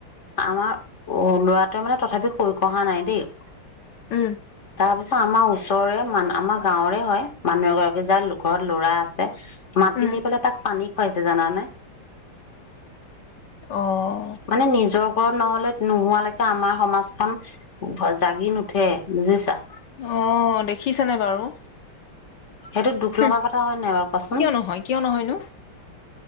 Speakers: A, on the left; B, on the left.
A: আমাৰ ল'ৰাটোৱে মানে তথাপি শৈ কহা নাই দেই।
B: উম।
A: তাৰ পিছত আমাৰ ওচৰৰে মান আমাৰ গাঁওৰে হয় মানুহ এগৰাকী যাৰ ঘৰত ল'ৰা আছে। মাটি
B: উম
A: নি পেলাই তাক পানী খুৱাইছে জানা নে।
B: অহ।
A: মানে নিজৰ ঘৰত নহলে নোহোৱালৈকে আমাৰ সমাজখন জাগি নুঠে বুজিছা।
B: অহ দেখিছানে বাৰু।
A: সেইটো দুখ
B: হুম
A: লগা কথা হয় নাই বাৰু কোৱাচোন।
B: কিয় নহয় কিয় নহয়নো